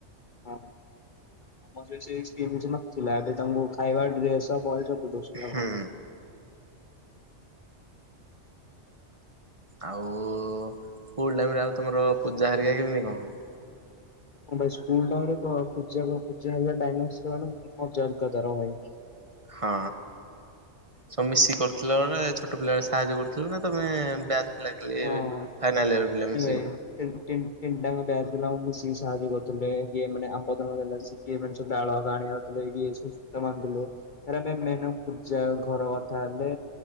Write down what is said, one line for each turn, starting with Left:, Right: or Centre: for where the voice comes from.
Left: ହଁ ଆମ <unintelligible> ନଥିଲା ଏବେ ତାଙ୍କୁ ଖାଇବା, ଡ୍ରେସେ ଆଉ ବହି ସବୁ ଦୋଉଛନ୍ତି ନା
Right: ହୁଁ
Left: କଣ।
Right: ଆଉ ସ୍କୁଲ ଟାଇମରେ ଆଉ ତମର ପୂଜା ହେରିକା କେମିତି କଣ ହୁଏ?
Left: ହଁ ଭାଇ ସ୍କୁଲ ଟାଇମରେ ତ ପୂଜାକୁ ପୂଜା ହେରିକା ଟାଇମ ଆସିଲା ମାନେ ମଜା ଅଲଗା ତାର ଭାଇ।
Right: ହଁ। ସବୁ ମିଶିକି କରୁଥିଲ ଏବେ ଛୋଟ ପିଲା ସାହାଯ୍ୟ କରୁଥିଲେ ନା ତମେ ବ୍ୟାଚ୍ ଥିଲା ଖାଲି
Left: ହଁ।
Right: ଏବେ ଫାଇନାଲ୍ ଇଅର୍ ପିଲା
Left: ନାଇଁ
Right: ମି
Left: ଭାଇ ତିନ୍ ତିନ୍ ତିନଟା ଆଁକ ବ୍ୟାଚ ପିଲା ଆମୁକୁ ମିଶିକି ସାହାଯ୍ୟ କରୁଥିଲେ କିଏ ମାନେ ଆମ୍ବପତ୍ର ଦେଲା ସି କିଏ ମାନେ ସବୁ ଡାଳ ଆଣିବା ଧରିକି ଯାଇ ସବୁ ସୁତା ବାନ୍ଧିଲେ ପରେ ଆମେ ଯାଇ ମେନ ଆମ ପୂଜା ଘର ଧୁଆଇଲେ।